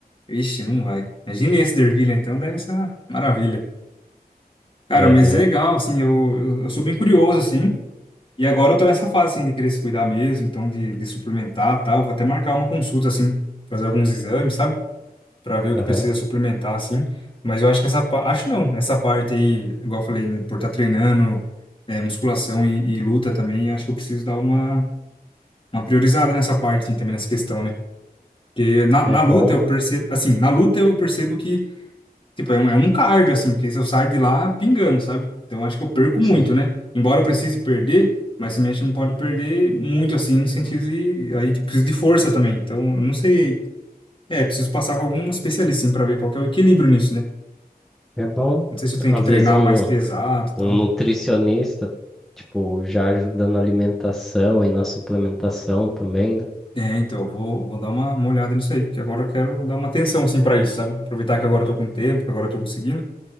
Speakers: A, on the left (about 35°); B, in the centre.
A: Vixe, não vai. Imagine esse dervilha, então, deve ser uma maravilha. Cara,
B: Aham,
A: mas legal, assim, eu, eu, eu sou bem curioso, assim. E agora eu tô nessa fase, assim, de querer se cuidar mesmo, então de, de suplementar tal. Vou até marcar uma consulta, assim, fazer alguns exames, sabe? Pra ver o
B: aham.
A: que precisa suplementar, assim. Mas eu acho que essa parte... Acho não, essa parte aí, igual eu falei, né? Por estar treinando é, musculação e, e luta também, eu acho que eu preciso dar uma, uma priorizada nessa parte, assim, também nessa questão, né? Porque na,
B: É
A: na
B: bom,
A: luta eu
B: né?
A: percebo... Assim, na luta eu percebo que Tipo, é um, é um cardio, assim, porque se eu saio de lá pingando, sabe? Então acho que eu perco muito,
B: Sim.
A: né? Embora eu precise perder, mas também acho que não pode perder muito, assim, no sentido de. Aí tipo, preciso de força também. Então, eu não sei. É, preciso passar com algum especialista, assim, pra ver qual que é o equilíbrio nisso, né?
B: É bom.
A: Não sei se eu tenho
B: Às
A: que treinar
B: vezes um,
A: mais pesado e
B: um
A: tal.
B: nutricionista, tipo, já ajuda na alimentação e na suplementação também, né?
A: É, então, eu vou, vou dar uma, uma olhada nisso aí, que agora eu quero dar uma atenção, assim, pra isso, sabe? Aproveitar que agora eu tô com tempo, que agora eu tô conseguindo.